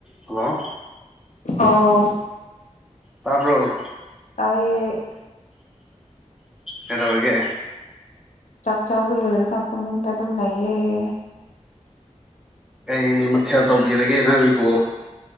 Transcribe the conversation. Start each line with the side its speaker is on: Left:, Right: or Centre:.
Centre: hello
Left: ꯑꯥꯎ
Centre: ꯇꯔꯕꯣ
Left: ꯇꯌꯦ
Centre: ꯀꯗꯧꯔꯒ
Left: ꯆꯥꯛ ꯆꯥꯕ ꯂꯣꯏꯔ ꯀꯥꯞꯄ ꯃꯑꯣꯡꯗ ꯑꯗꯨꯝ ꯂꯩꯌꯦꯦ
Centre: ꯀꯩ ꯃꯊꯦꯜ ꯇꯧꯕꯤꯔꯒꯦ ꯅꯪꯣꯏꯕꯨꯣ